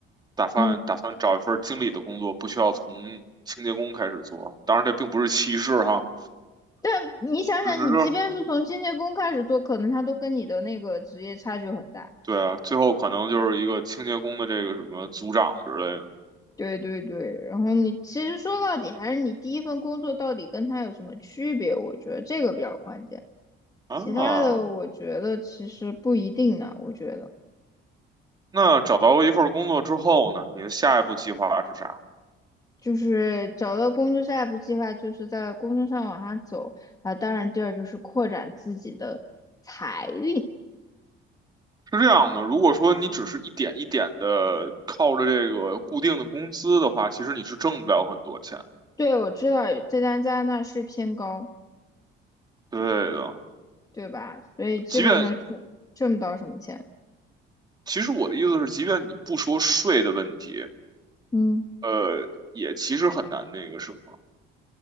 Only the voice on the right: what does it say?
打算打算找一份经理的工作，
不需要从清洁工开始做。当然，这并不是歧视哈，
只是
对啊，最后可能就是一个清洁工的这个什么组长之类的
啊。
那找到一份工作之后呢，你的下一步计划是啥？
是这样的，如果说你只是一点一点的靠着这个固定的工资的话，其实你是挣不了很多钱。
对的，
即便其实我的意思是，即便你不说税的问题，
呃，也其实很难那个什么。